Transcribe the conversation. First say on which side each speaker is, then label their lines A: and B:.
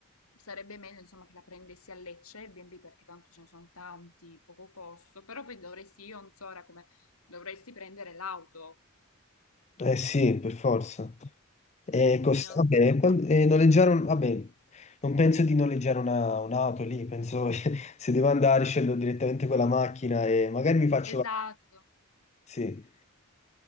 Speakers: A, on the left; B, on the left.
A: sarebbe meglio, insomma, che la prendessi a Lecce, il B&B, perché tanto ce ne sono tanti, poco costo, però poi dovresti, io non so ora come, dovresti prendere l'auto,
B: Eh sì, per forza. E
A: quindi
B: costa,
A: non so
B: vabbè,
A: come...
B: quan- e noleggiare un- vabbè, non penso di noleggiare una- un'auto lì, penso <laughs> se devo andare scendo direttamente con la macchina e magari mi faccio...
A: Esatto,
B: Sì.